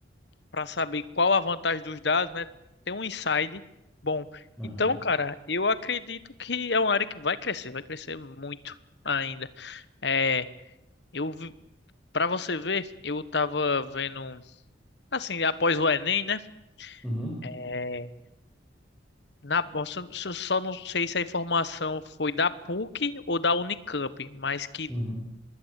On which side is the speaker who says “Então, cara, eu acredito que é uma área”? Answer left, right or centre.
Left